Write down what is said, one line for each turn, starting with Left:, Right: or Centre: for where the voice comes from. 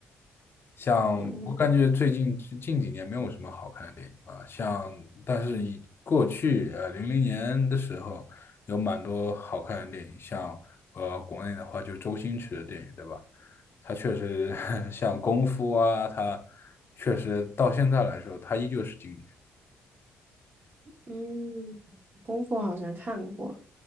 Left: 像我感觉最近近几年没有什么好看的电影吧，
Right: 嗯
Left: 像但是以过去呃零零年的时候有蛮多好看的电影，像呃国内的话就周星驰的电影，对吧？他确实 <laughs> 像功夫啊，他确实到现在来说，他依旧是经典，
Right: 嗯，功夫好像看过